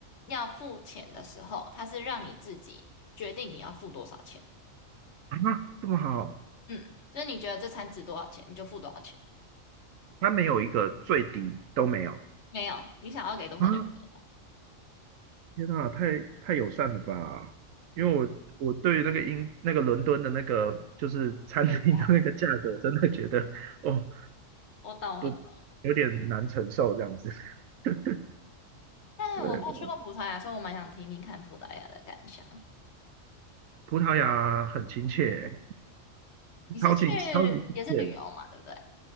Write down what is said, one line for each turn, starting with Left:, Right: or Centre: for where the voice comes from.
Left: 要付钱的时候，他是让你自己决定你要付多少钱。
Right: 啊，这么好。
Left: 嗯，就是你觉得这餐值多少钱，你就付多少钱。
Right: 它没有一个最低都没有
Left: 没有，你想要给多少就给多少。
Right: 啊！天啊，太太友善了吧！因为我我对于那个英那个伦敦的那个就是餐厅的那个价格，
Left: 嗯，物价。
Right: 真的觉得哦
Left: 我懂，我懂。
Right: 不有点难承受这样子。<laughs>
Left: 但我没有去过葡萄牙，
Right: 对，
Left: 所以我蛮想听听看葡萄牙的感想。
Right: 葡萄牙很亲切，
Left: 你是去
Right: 超级超级亲切的。
Left: 也是旅游嘛，对不对